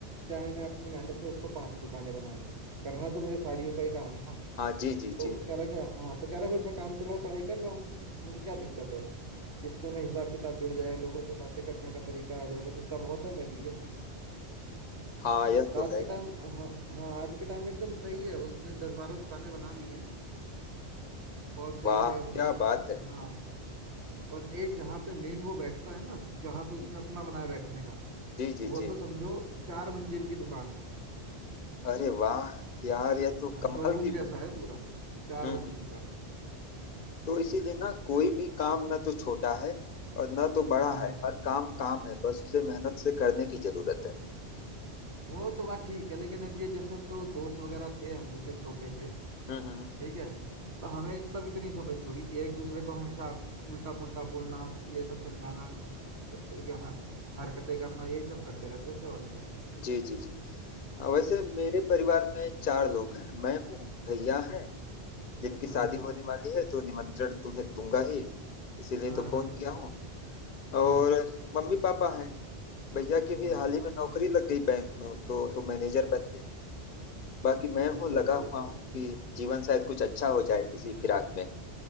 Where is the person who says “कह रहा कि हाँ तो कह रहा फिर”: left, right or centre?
Right